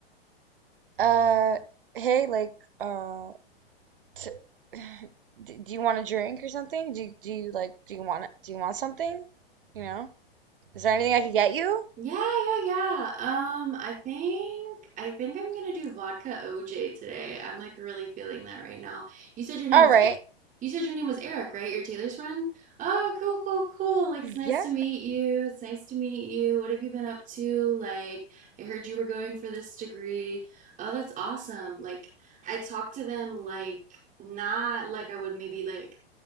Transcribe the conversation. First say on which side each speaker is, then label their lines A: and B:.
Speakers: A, on the right (about 60°); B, on the right (about 25°).
A: <clears throat> Uh, hey, like, um. t- <sighs> d- do you want a drink or something? Do do you like do you want do you want something? You know? Is there anything I could get you?
B: Yeah, yeah, yeah. Um, I think I think I'm gonna do vodka OJ today. I'm like really feeling that right now. You said your name
A: All
B: was
A: right.
B: E- you said your name was Eric, right? You're Taylor's friend? Oh, cool, cool, cool. Like
A: Yeah.
B: it's nice to meet you. It's nice to meet you. What have you been up to? Like I heard you were going for this degree. Oh, that's awesome. Like I talked to them like not like I would maybe like,